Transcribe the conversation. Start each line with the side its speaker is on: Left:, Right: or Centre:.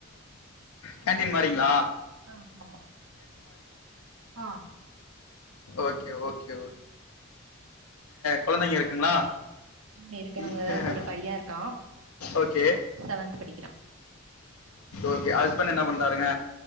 Left: கேன்டீன் மாறீங்ளா
Right: ஆ மா ஆ
Left: ஓகே ஓகே கொழந்தைங்க இருக்குங்களா
Right: ஆ இருக்காங்க
Left: வீட்டில்.
Right: ஒரு பையன் இருக்கான்
Left: ஓகே
Right: செவன்த் படிக்கிறா
Left: ஓகே ஹஸ்பண்ட் என்ன பண்றாருங்க